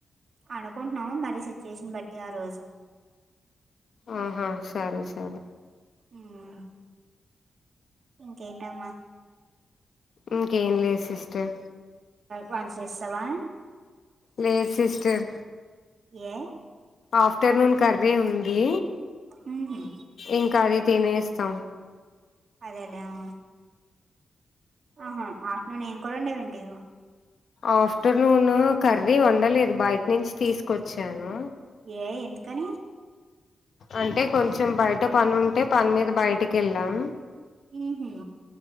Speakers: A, on the right; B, on the left.
A: అనుకుంటున్నాము మరి సిచ్యుయేషన్ బట్టి ఆ రోజు
B: ఉహుమ్ సరే సరే
A: ఆమ్ ఇంకేటి అమ్మా
B: ఇంకేం లేదు సిస్టర్
A: వంట చేసేసావా
B: లేదు సిస్టర్
A: ఏ
B: ఆఫ్టర్నూన్ కర్రీ ఉంది
A: ఉహుమ్
B: ఇంకా అది తినేస్తాం
A: అదేలేే ఆ ఆహా ఆఫ్టర్నూన్ ఏం కూర వండా వేంటి
B: ఆఫ్టర్నూన్ కర్రీ వండలేదు బయట నుంచి తీసుకొచ్చాను
A: ఏ ఎందుకని
B: అంటే కొంచెం బయట పని ఉంటే పని మీద బయటికి వెళ్ళాం
A: ఉహుమ్